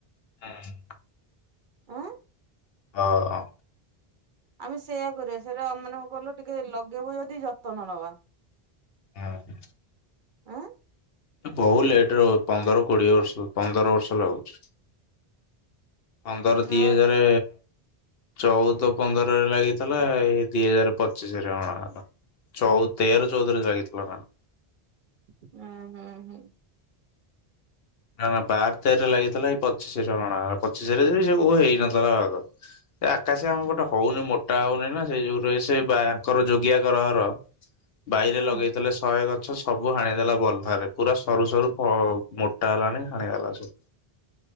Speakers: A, on the left (about 70°); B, on the right (about 60°).
A: ହଁ।
B: ଆଁ
A: ହଁ।
B: ଆମେ ସେଇୟା କରିବା, ସେଇଟା ମାନେ କଣ କଇଲୁ ଟିକେ ଲଗେଇବୁ ଯଦି ଯତ୍ନ ନବା।
A: ହୁଁ।
B: ଆଁ
A: ବହୁତ ଲେଟ୍ ରେ ହଉ, ପନ୍ଦର କୋଡିଏ ବର୍ଷ ପନ୍ଦର ବର୍ଷ ଲାଗୁଛି। ପନ୍ଦର
B: ନା
A: ଦି ହଜାରେ ଚଉଦ ପନ୍ଦରରେ ଲାଗିଥିଲା, ଏଇ ଦି ହଜାର ପଚିଶରେ ହଣାହେଲା। ଚଉ ତେର ଚଉଦରେ ଲାଗିଥିଲା ନା କଣ?
B: ହୁଁ- ହୁଁ- ହୁଁ।
A: ନା ନା ବାର ତେରରେ ଲାଗିଥିଲା, ଏଇ ପଚିଶରେ ହଣା ହେଲା। ପଚିଶିରେ ସେ କୋଉ ହେଇନଥିଲା ବାଗ। ସେ ଆକାଶୀଆ କଣ ଗୋଟେ ହଉନି ମୋଟା ହଉନି ନା, ସେଇ ଯୋଗୁରୁ ଏ ସେ ବା ଆଙ୍କର ଯୋଗିଆ ଘର ଆମର ବାଇରେ
B: ହୁଁ
A: ଲଗେଇଥିଲେ ଶହେ ଗଛ, ସବୁ ହାଣିଦେଲା ବଲ୍ ଧାରେ। ପୁରା ସରୁ ସରୁ ଫ ମୋ ମୋଟା ହେଲାନି ହାଣିଦେଲା ସବୁ।